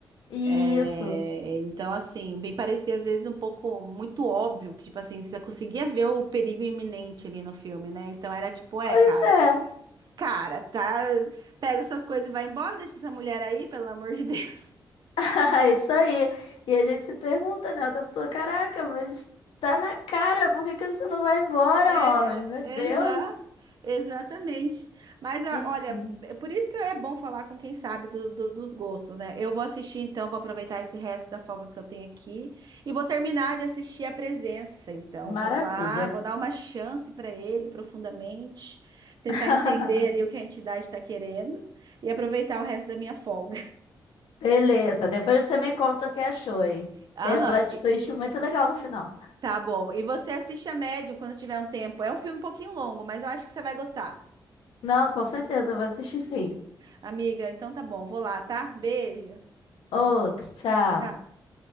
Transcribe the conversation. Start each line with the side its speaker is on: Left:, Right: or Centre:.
Left: Isso.
Right: É, então, assim, me parecia às vezes um pouco muito óbvio que, tipo assim, você conseguia ver o perigo iminente ali no filme, né? Então era tipo, é,
Left: Pois
Right: cara,
Left: é.
Right: cara, tá, pega essas coisas e vai embora, deixa essa mulher aí, pelo amor de Deus.
Left: <laughs> É isso aí. E a gente se pergunta, né? O tempo todo, caraca, mas tá na cara, por que que você não vai embora,
Right: É,
Left: homem? Meu Deus.
Right: exa, exatamente. Mas a-
Left: Enfim,
Right: olha, é por isso que é bom falar com quem sabe do- do- dos gostos, né? Eu vou assistir então, vou aproveitar esse resto da folga que eu tenho aqui e vou terminar de assistir A Presença. Então,
Left: maravilha.
Right: vou lá, vou dar uma chance para ele profundamente, tentar
Left: <laughs>
Right: entender ali o que a entidade está querendo e aproveitar o resto da minha folga. <laughs>
Left: Beleza, depois você me conta o que achou, hein?
Right: Aham,
Left: Tem um plot
Right: e-
Left: twist muito legal no final.
Right: tá bom. E você assiste a Medium quando tiver um tempo. É um filme um pouquinho longo, mas eu acho que você vai gostar.
Left: Não, com certeza, eu vou assistir sim.
Right: Amiga, então tá bom, vou lá, tá? Beijo.
Left: Outro, tchau.
Right: Tchau.